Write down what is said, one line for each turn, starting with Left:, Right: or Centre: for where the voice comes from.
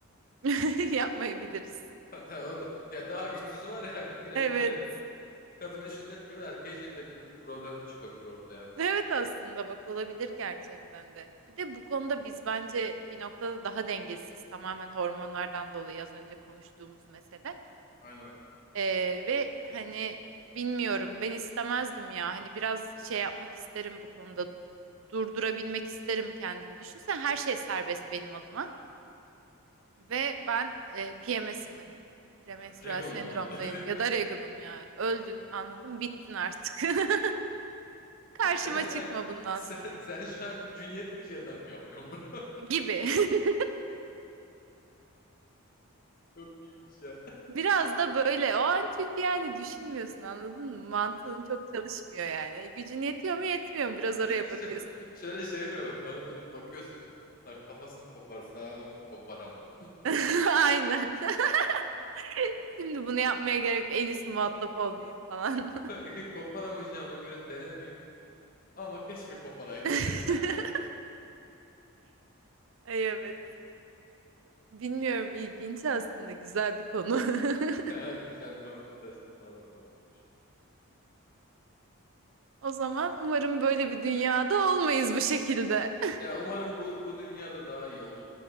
Right: <laughs> Yapmayabiliriz.
Left: Hatta o da, ya daha güçsüz var ya <laughs> yine
Right: Evet.
Left: hani kadına şiddet gibi erkeğe şiddet gibi bir problem de çıkabilir ortaya.
Right: Evet aslında bak olabilir gerçekten de. Bir de bu konuda biz bence bir noktada daha dengesiz. Tamamen hormonlardan dolayı az önce konuştuğumuz mesele.
Left: Aynen.
Right: Ee, ve hani bilmiyorum ben istemezdim ya. Hani biraz şey yapmak isterim bu konuda. Durdurabilmek isterim kendimi. düşünsen her şey serbest benim adıma. Ve ben e, PMS'im hani. Premenstrüel
Left: <laughs> Regalım
Right: sendromdayım
Left: o anda. <laughs>
Right: ya da regalım ya. Öldün anladın bittin artık. <laughs> Karşıma
Left: Sen şu
Right: çıkma
Left: an
Right: bundan
Left: sen,
Right: sonra
Left: sen şu an gücün yetmeyeceğinden mi yapıyorsun
Right: gibi. <laughs>
Left: Çok iyiymiş ya.
Right: Biraz da böyle o an çünkü yani düşünmüyorsun anladın mı? Mantığın çok çalışmıyor yani. Gücün yetiyor mu yetmiyor mu biraz oraya
Left: <laughs> Şö-
Right: bakıyorsun.
Left: Şöyle şey mi? yapayım? Bana dönüp bakıyorsun. Lan kafasını koparsam koparamam.
Right: <laughs> Aynen. <laughs> Şimdi bunu yapmaya gerek yok. En iyisi muhatap olmayayım falan.
Left: <laughs> Koparamayacağıma göre denemeyeyim. Ama keşke koparaydım.
Right: <laughs>
Left: <laughs>
Right: Ay evet. Bilmiyorum ilginç aslında güzel bir konu. <laughs>
Left: Ya güzel muhabbet açtık. Valla komikmiş.
Right: O zaman umarım böyle bir dünyada olmayız bu şekilde. <laughs>
Left: Ya umarım bu, bu dünyada daha iyi olur.